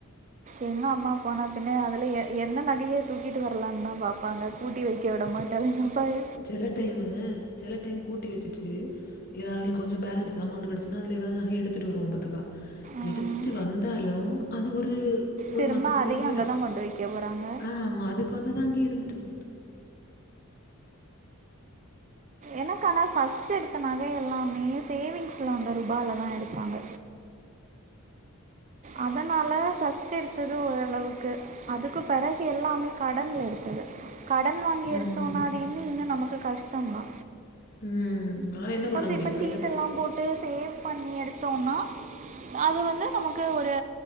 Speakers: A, on the right (about 35°); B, on the left (about 45°).
A: எங்க அம்மா போனா பின்னே அதுல எ என்ன நகையே தூக்கிட்டு வரலானு தா பாக்கு பாங்க கூட்டி வைக்க விட மாட்டாதுங்கப்பா எங்க பைய
B: செல டைமு செல டைம் கூட்டி வச்சுட்டு ஏதாவ்துள்ளயு கொஞ்சோ பேலன்ஸ் அமௌண்ட் கெடச்சுன்னா அதுல எதாது நகைய எடுத்துட்டு வருவோ பாத்துக்க
A: ம்
B: எடுத்துட்டு வந்தாலும் அது ஒரு ஒரு
A: திரும்ப
B: மாசத்துக்குள்ள
A: அதையு
B: போயிரும்
A: அங்கதா கொண்டு வைக்க போறாங்க
B: ஆ ஆமா அதுக்கு வந்த தான் அங்கேயே இருந்துட்டு போட்டு
A: எனக்கனா ஃபர்ஸ்ட் எடுத்த நகை எல்லாமே சேவிங்ஸ்ல வந்த ரூபாயில தான் எடுத்தாங்க அதனால ஃபஸ்ட் எடுத்தது ஓரளவுக்கு அதுக்கு பெறகு எல்லாமே கடன்ல எடுத்தது கடன் வாங்கி
B: ம்.
A: எடுத்தோனா அது இன்னு இன்னு நமக்கு கஷ்டோந்தா
B: ம் ஆனா என்ன பண்ண
A: கொஞ்சோ
B: முடியும்?
A: இப்ப
B: கையில
A: சீட்டெல்லாம்
B: காசு.
A: போட்டு சேவ் பண்ணி எடுத்தோன்னா அது வந்து நமக்கு ஒரு